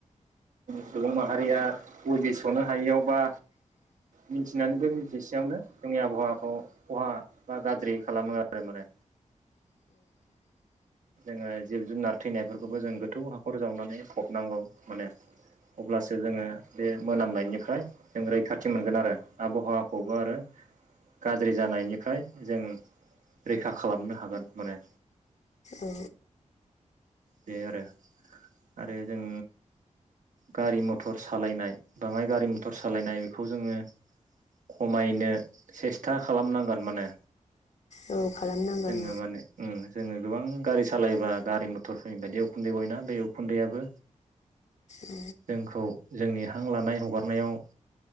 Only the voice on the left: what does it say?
औ
औ खालामनांगोन
औ